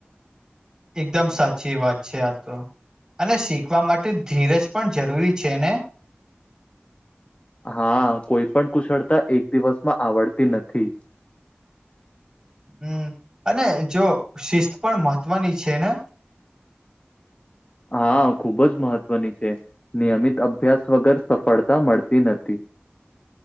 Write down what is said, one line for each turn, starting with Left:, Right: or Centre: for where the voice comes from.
Right: એકદમ સાચી વાત છે આ તો અને શીખવા માટે ધીરજ પણ જરૂરી છે ને.
Left: હા કોઈ પણ કુશળતા એક દિવસમાં આવડતી નથી.
Right: હમ્મ અને જો શિસ્ત પણ મહત્વની છે ને.
Left: હા ખુબ જ મહત્વની છે નિયમિત અભ્યાસ વગર સફળતા મળતી નથી.